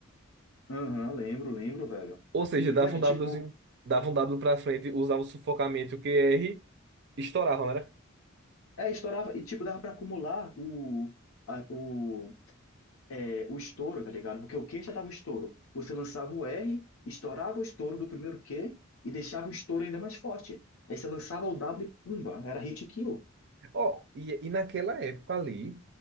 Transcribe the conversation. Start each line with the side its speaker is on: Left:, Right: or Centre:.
Left: Aham, lembro, lembro, velho.
Right: Ou seja,
Left: E,
Right: dava
Left: velho,
Right: um
Left: tipo,
Right: Wzinho, dava um W pra frente, usava o sufocamento, o QR, estourava, né?
Left: é, estourava, e, tipo, dava pra acumular o, a- o, é, o estouro, tá ligado? Porque o Q já dava o estouro. Você lançava o R, estourava o estouro do primeiro Q e deixava o estouro ainda mais forte. Aí você lançava o W e pumba, era hit kill.
Right: Ó, e, e naquela época ali,